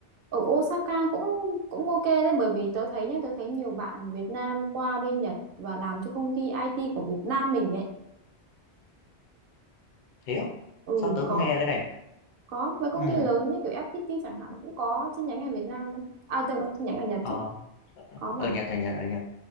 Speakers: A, on the right; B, on the left.
A: ở Osaka cũng cũng ok đấy bởi vì tớ thấy nhá tớ thấy nhiều bạn Việt Nam qua bên Nhật và làm cho công ty IT của Việt Nam mình ấy
B: thế á?
A: ừ
B: Sao tớ
A: có
B: không nghe cái này?
A: có mấy công
B: Ừm,
A: ty lớn như kiểu FPT chẳng hạn cũng có chi nhánh ở Việt Nam đấy à tớ chi nhánh ở Nhật
B: ờ,
A: chứ có mà
B: ở Nhật, ở Nhật, ở Nhật.